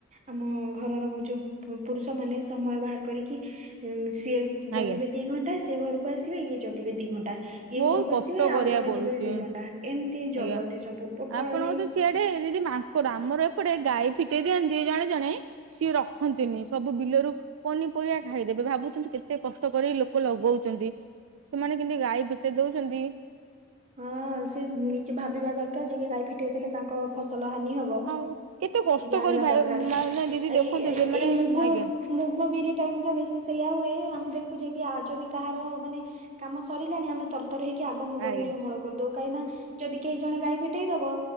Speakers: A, on the right (about 35°); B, on the right (about 70°).
A: ଆମ ଘର ର ଯୋଉ ପୁ-ପୁରୁଷ ମାନେ, ସମୟ ବାହାର କରିକି ସିଏ ଜଗିବେ
B: ଆଜ୍ଞା
A: ଦି ଘଣ୍ଟା। ସେ ଘରକୁ ଆସିବେ, ଇଏ ଜଗିବେ ଦି ଘଣ୍ଟା। ଇଏ
B: ବହୁତ
A: ଘର କୁ
B: କଷ୍ଟ
A: ଆସିବେ,
B: କରିବାକୁ
A: ଆଉ ଜଣେ
B: ପଡୁଛି
A: ଯିବେ ଦି ଘଣ୍ଟା ଏମିତି
B: ଆଜ୍ଞା।
A: ଜଗନ୍ତି ସବୁ। ପୋଟଳ
B: ଆପଣଙ୍କ
A: ବି
B: ତ ସିଆଡେ଼ ଦିଦି ମାଙ୍କଡ଼! ଆମ ର ଏପଟେ ଗାଈ ଫିଟେଇ ଦିଅନ୍ତି ଜଣେ, ଜଣେ ସିଏ ରଖନ୍ତି ନି। ସବୁ ବିଲରୁ ପନି ପରିବା ଖାଇ ଦେବେ। ଭାବୁଛନ୍ତି କେତେ କଷ୍ଟ କରି ଲୋକ ଲଗଉଚନ୍ତି। ସେମାନେ କିନ୍ତି ଗାଈ ପି ତେ ଦଉଚନ୍ତି।
A: ହଁ, ସେ ନିଜେ ଭାବିବା ଦରକାର, ଯେକି ଗାଈ ଫିଟେଇ ଦେଲେ, ତାଙ୍କ ଫସଲ ହାନି ହବ। ବ
B: ଆଉ କେତେ କଷ୍ଟ
A: ସେ ଜାଣିବା
B: କରି ଭାଇ
A: ଦରକାର।
B: ମାନେ ଦିଦି ଦେଖନ୍ତୁ
A: ଏଇ-ଏଇ
B: ସେମାନେ
A: ମୁଗ
B: ଆଜ୍ଞା
A: ମୁଗ, ବିରି ଟାଇମ୍ ଟା ବେଶି ସେୟା ହୁଏ। ଆମେ ଦେଖୁଛେ କି ଯଦି କାହାର ମାନେ କାମ ସରିଲାଣି ଆମେ ତରତର ହେଇ କି ଆଗମ୍
B: ଆଜ୍ଞା
A: <unintelligible> ଅମଳ କରିଦଉ କାହିଁକି ନା ଯଦି କେହି ଜଣ ଗାଈ ଫିଟେଇ ଦବ